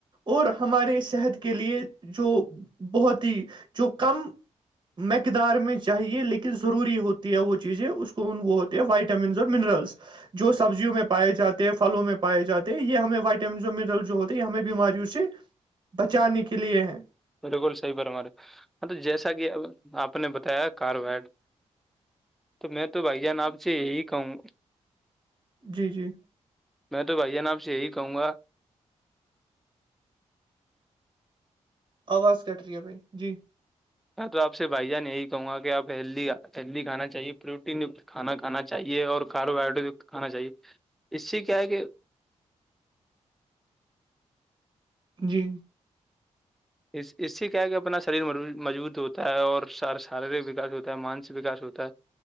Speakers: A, on the right; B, in the centre.
A: اور ہمارے صحت کے لیے جو بہت ہی جو کم مقدار میں چاہیے لیکن ضروری ہوتی ہے وہ چیزیں اس کو وہ ہوتے ہیں وائٹامنس اور منرلس جو سبزیوں میں پائے جاتے ہیں پھلوں میں پائےاتے ہیں یہ ہمیں وائٹام منرل جو ہو ہمیں بیماریوں سے بچانے کے لیے ہے
B: بالکل صحی پر ہمارے مطب جیسا کہ اب آپ نے بتایا کار وڈ تو میں تو بھائی جان آپ سے یہی کہوں گا
A: جی جی
B: میں تو بھائی جان آپ یہی کہوں گا
A: آواز کٹ رہی ہے بھائی جی
B: ہاں تو آپ سے بھائی جان یہی کہوں گا کہ آپ ہید ہیلدی کھا چاہیے پروٹین کھانا کھانا چاہیے اور کاربوہائڈریٹ کھانا چاہیے اس سے کیا ہے کہ
A: جی
B: اس اس سے کیا کے اپنا شریر مضبوط ہوتا ہے اور شارییرک وکاس ہوتا ہے مانسک وکاس ہوتا ہے